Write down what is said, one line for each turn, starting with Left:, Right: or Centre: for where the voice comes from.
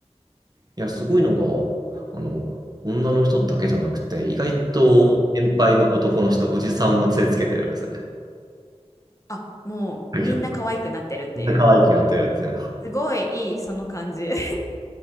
Right: いや、すごいのが、あの、女の人だけじゃなくて、意外と年配の男の人、
Left: うん。
Right: おじさんも杖つけてるんですよね。
Left: あ、もうみんな可愛くなってるっていう。
Right: いや、みんな可愛くなってるっていうのは。
Left: すごいいい、その感じ。<laughs>